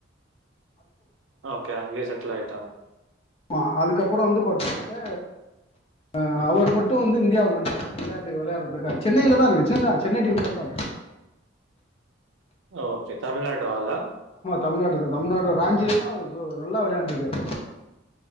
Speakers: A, on the right (about 80°); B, on the left (about 30°).
A: ஓகே அங்கயே செட்டில் ஆயிட்டாங்
B: மா அதுக்கப்பற வந்து பாத்தோனாக்க அஹ் அவர் மட்டு வந்து இந்தியாவுக்கு வந்ட்டாரு விளையாட்டுக்கு விளையாட்றதுக்காக சென்னைல தா இருக்கு சென்னைலதா சென்னை டீம்காரு தா அவரு
A: ஓகே தமிழ்நாடு ஆளா
B: தமிழ்நாடுல தமிழ்நாடுல ராஞ்சிலெல்லா சூ நல்லா வெளையாண்ட்ருக்காரு